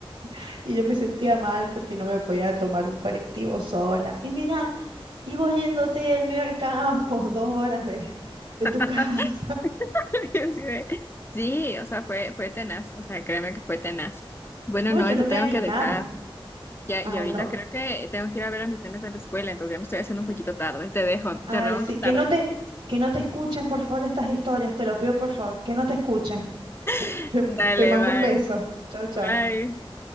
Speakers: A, on the right (about 75°); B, on the left (about 25°).
A: <laughs> y yo me sentía mal porque no me podía tomar un colectivo sola. Y mira, y vos yéndote en medio del campo, <laughs> dos horas de, de
B: <laughs>
A: tu casa.
B: y así de- Sí, o sea, fue, fue tenaz. O sea, créeme que fue tenaz. Bueno,
A: No,
B: no,
A: yo no
B: te tengo
A: me animaba.
B: que dejar. Ya,
A: Ay,
B: y ahorita
A: no.
B: creo que tengo que ir a ver a mis nenes a la escuela, entonces ya me estoy haciendo un poquito tarde. Te dejo,
A: Ay,
B: te vemos
A: sí,
B: más
A: que
B: tarde.
A: no te, que no te escuchen, por favor, estas historias. Te lo pido, por favor, que no te escuchen.
B: <laughs>
A: Te,
B: Dale,
A: te mando
B: bye.
A: un beso. Chao, chao.
B: Bye.